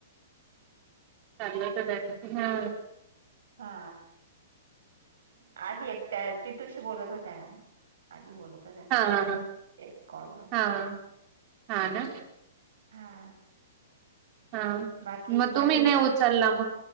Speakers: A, on the right; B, on the right.
A: चाललं होतं त्या दिवशी हा
B: हा आज एकट्या तिटूशी बोलत होत्या आधी बोलत होता तेव्हा
A: हा हा
B: एक कॉलवर
A: हा हा हा ना
B: हा
A: हा
B: बाकी
A: म
B: माधुरीन
A: तुम्ही नाही
B: काय
A: उच उच्चला म